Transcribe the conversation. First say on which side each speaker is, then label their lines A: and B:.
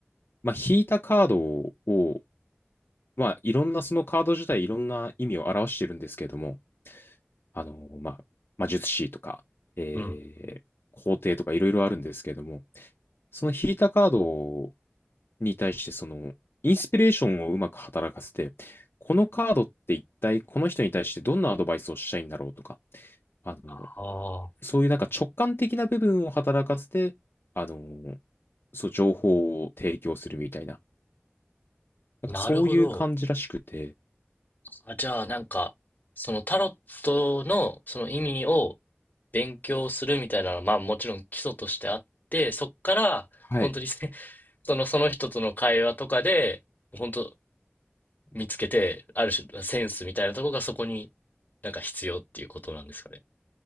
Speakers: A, on the left; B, on the left.
A: まあ、引いたカードを、まあ、いろんな、そのカード自体いろんな意味を表してるんですけれども、あの、まあ、魔術師とか、えー、
B: うん。
A: 皇帝とかいろいろあるんですけれども、その引いたカードに対して、その、インスピレーションをうまく働かせて、このカードって一体この人に対してどんなアドバイスをしたいんだろうとか、あの、
B: ああ、
A: そういうなんか直感的な部分を働かせて、あの、そう、情報を提供するみたいな、なんかそういう感じらしくて、
B: なるほど。あ、じゃあ、なんか、そのタロットのその意味を勉強するみたいなのは、まあもちろん基礎としてあって、そっから、
A: はい。
B: 本当にせ <laughs> その、その人との会話とかで、本当見つけて、ある種、センスみたいなところがそこになんか必要っていうことなんですかね。